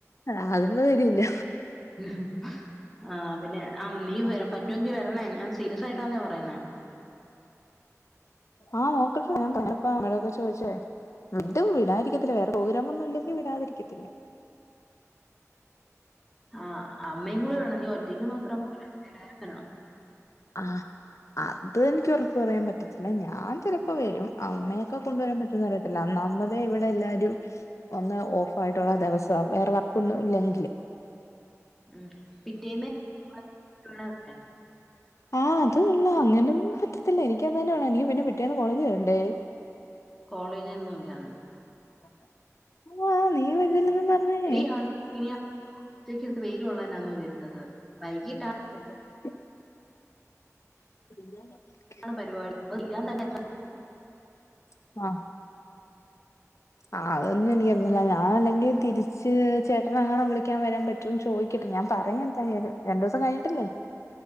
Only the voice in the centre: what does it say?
ഉം ആ പിന്നെ ആ നീ വ പറ്റുമെങ്കി വരണേ ഞാൻ സീരിയസ് ആയിട്ടാന്നേ പറയുന്നേ
ആഹ് അമ്മയും കൂടി വേണം നീ ഒറ്റയ്ക്ക് മാത്രം പോരാ എല്ലാരും വരണം
ഉം പിറ്റേന്ന് <unintelligible>
കോളേജ്ന്നും ഇല്ലന്ന്
എടീ പിന്നെ ആ ഉച്ചയ്ക്കടുത്ത് വെയില് കൊള്ളാനാന്ന വരുന്നത് വൈകിട്ടാ
ആണ് പരിപാടി അത് തീരാൻ തന്നെ എത്ര